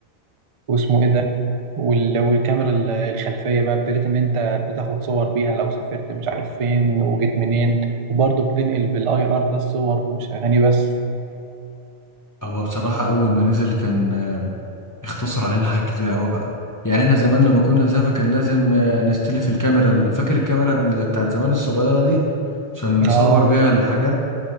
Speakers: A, on the right; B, on the left.
A: واسمه ايه ده وال- والكاميرا ال- الخلفيه بقى ابتديت ان انت بتاخد صور بيها لو سافرت مش عارف فين وجيت منين وبرضه بتنقل بالاي ار ده الصور مش اغاني بس
B: هو بصراحة أول ما نزل كان آه، اختصر علينا حاجات كتير أوي بقى يعني احنا زمان لما كنا نسافر كان لازم آه، نستلف الكاميرا ال- فاكر الكاميرا بال- بتاعت زمان الصغيرة دي عشان نصور
A: اه
B: بيها الحاجات